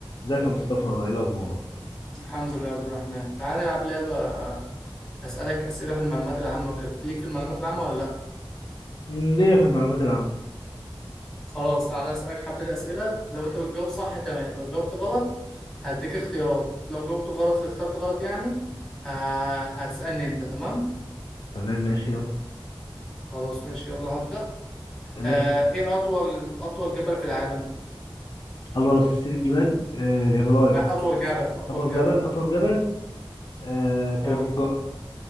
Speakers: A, on the left; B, in the centre.
A: ازيك يا مصطفى ايه الاخبار
B: الحمد لله يا عبد الرحمن تعال نلعب لعبة آه، أسألك أسئلة في المعلومات العامة وكده ليك في المعلومات العامة ولا لأ
A: مم، ليا في المعلومات العامه
B: خلاص تعال أسألك حبة أسئلة لو أنت بتجاوب صح تمام لو جاوبت غلط هديك اختيارات لو جاوبت غلط اخترت غلط يعني ه- هتسألني أنت تمام
A: تمام ماشي يلا
B: خلاص ماشي يلا هبدأ
A: ماشي
B: آه إيه أطول أطول جبل في العالم
A: الله سلسله الجبال آه الهيمالايا
B: لا أطول جبل أطول
A: اطول
B: جبل
A: جبل اطول جبل آه كليمنجارو
B: أه